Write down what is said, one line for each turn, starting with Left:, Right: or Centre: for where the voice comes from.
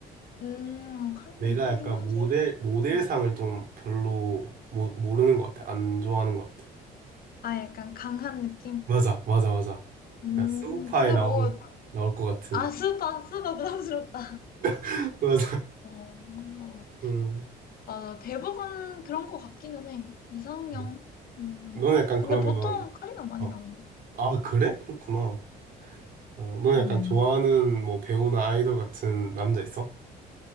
Left: 음, 카리나
Right: 내가
Left: 이쁘긴
Right: 약간
Left: 하지.
Right: 모델, 모델상을
Left: 음.
Right: 좀 별로 모, 모르는 것 같아. 안 좋아하는 것 같아.
Left: 아, 약간 강한 느낌?
Right: 맞아, 맞아, 맞아.
Left: 음,
Right: 약간 스우파에
Left: 근데
Right: 나올,
Left: 뭐,
Right: 나올 것 같은.
Left: 아, 스파, 스파 부담스럽다.
Right: <laughs> 맞아.
Left: 어.
Right: 음.
Left: 맞아. 대부분 그런 거 같기는 해. 이상형.
Right: 음.
Left: 음.
Right: 너는 약간
Left: 근데
Right: 그러면,
Left: 보통 카리나 많이
Right: 어.
Left: 나왔네.
Right: 아, 그래? 그렇구나. 어, 너 약간
Left: 음.
Right: 좋아하는 뭐 배우나 아이돌 같은 남자 있어?